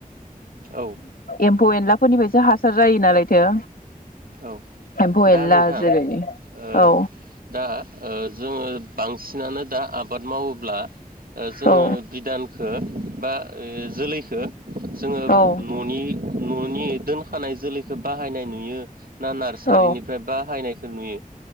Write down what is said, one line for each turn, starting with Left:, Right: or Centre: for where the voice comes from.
Right: औ।
Left: एम्फौ-एनलाफोरनिफ्रायसो हासार जायो नालायथो
Right: औ।
Left: एम्फौ
Right: दा
Left: एनला
Right: नोंथां
Left: जेरै
Right: ओ
Left: औ
Right: दा ओ जोङो बां सिनानो दा आबाद मावोब्ला ओ जोङो
Left: औ
Right: बिदानखौ बा ओ जोलैखो जोङो
Left: औ
Right: न'नि न'नि दोनखानाय जोलैखौ बाहायनाय नुयो ना नारसारिनिफ्राय
Left: औ
Right: बाहायनाय खौ नुयो?